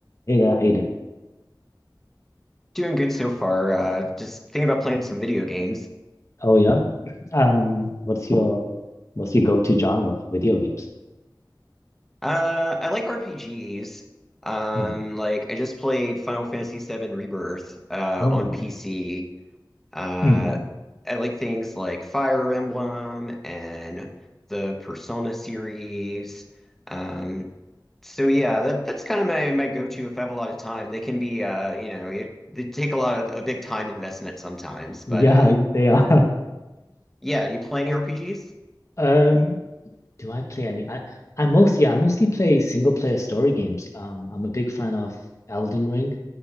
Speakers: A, on the left (about 40°); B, in the centre.
A: Hey there, how you doing?
B: Doing good so far. Uh, just thinking about playing some video games.
A: Oh yeah. Um, what's your what's your go-to genre for video games?
B: Uh, I like RPGs. Um,
A: Mm.
B: like I just played Final Fantasy VII Rebirth uh,
A: Oh,
B: on
A: nice.
B: PC. Uh,
A: hmm
B: I like things like Fire Emblem and the Persona series. Um, so yeah, that, that's kind of my, my go-to if I have a lot of time. They can be uh, you know, it, they take a lot of a big time investment sometimes.
A: Yeah,
B: But uh,
A: they are. <laughs>
B: yeah, you play any RPGs?
A: Um, do I play any? I I mostly yeah, I mostly play single player story games. Um, I'm a big fan of Elden Ring.